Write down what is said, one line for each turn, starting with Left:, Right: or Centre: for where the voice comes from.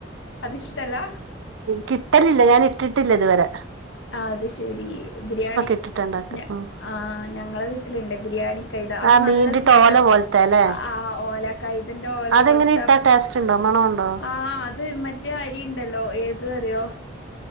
Left: അത് ഇഷ്ടല്ല
Right: കിട്ടലില്ല ഞാന് ഇട്ടിട്ടില്ല ഇത് വരെ
Left: അത് ശെരി ബിര്യാണി
Right: ഇട്ടിട്ടുണ്ടാക്കും
Left: ഞ
Right: ഉം
Left: ആഹ് ഞങ്ങളെ വീട്ടില്ണ്ട് ബിരിയാണി കൈതാ അത്
Right: ആഹ്
Left: നല്ല
Right: നീണ്ടിട്ട്
Left: സ്മെല്ലാ
Right: ഓല പോലത്തെ അല്ലേ
Left: ആഹ് ഓല കൈതന്റെ ഓല
Right: അതെങ്ങനെ
Left: പോൽത്തെ
Right: ഇട്ടാ ടേസ്റ്റ് ഉണ്ടോ മണമുണ്ടോ
Left: ആഹ് അത് മ മറ്റെ അരിണ്ടല്ലോ ഏത് റിയോ